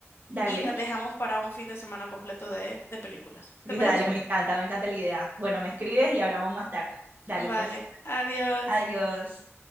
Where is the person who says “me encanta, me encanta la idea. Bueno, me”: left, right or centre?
Right